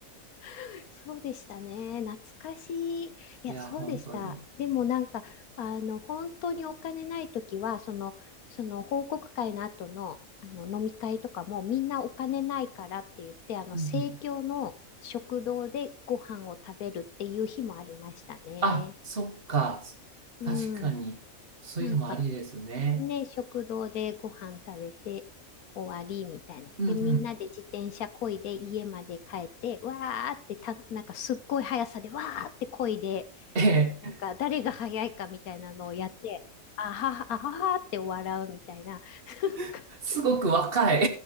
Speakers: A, on the left (about 85°); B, on the right (about 45°).
A: <laughs> そうでしたね。懐かしい。いや、
B: いや、
A: そうでした。
B: 本当に。
A: でもなんか、あの、本当にお金ないときは、その、その報告会の後の、あの飲み会とかもみんなお金ないからって言って、あの、
B: うんうん。
A: 生協の食堂でご飯を食べるっていう日もありましたね。
B: あ、そっか。
A: うん。
B: 確かに。そういうのもありですね。
A: なんか、ね、食堂でご飯食べて終わりみたいな。
B: うんうん。
A: で、みんなで自転車漕いで家まで帰って、わーってた、なんかすっごい速さでわーって漕いで、
B: ええ。
A: なんか誰が速いかみたいなのをやって、あはは、あははって笑うみたいな。<laughs>
B: <laughs> すごく若い。